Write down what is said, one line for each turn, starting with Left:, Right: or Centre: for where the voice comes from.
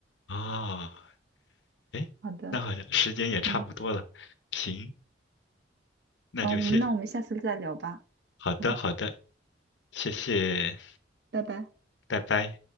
Left: 啊，哎，
Right: 好的，
Left: 那好像时间也差不多了，
Right: 嗯，
Left: 行，那就谢，
Right: 嗯，我们那我们下次再聊吧，
Left: 好的好的。
Right: 嗯，
Left: 谢谢，
Right: 拜拜。
Left: 拜拜。